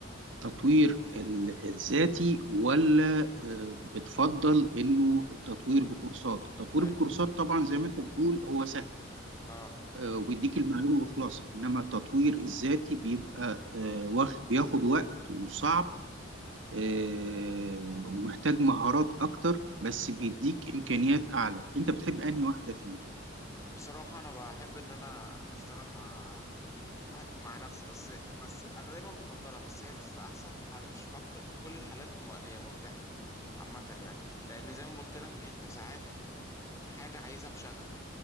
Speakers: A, on the right; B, on the left.
A: تطوير ال- الذاتي ولا آه، بتفضل انه التطوير بكورسات التطوير
B: حلو
A: بكورسات طبعا زي ما انت بتقول هو سهل
B: اه
A: آه، ويديك المعلومة وخلاص انما التطوير الذاتي بيبقى آه، واخ- بياخد وقت وصعب آه، ومحتاج مهارات اكتر بس بيديك امكانيات اعلى انت بتحب انهي واحده فيهم
B: بصراحة انا بحب ان انا اشتغل مع ه- مع نفسي بس بس انا دايما بفضلها بس هي مش في احسن حال مش في أكتر في كل الحالات م... هي مربحه عامه يعني لان زي ما قلت لك انت ساعات حاجه عايزها بشغف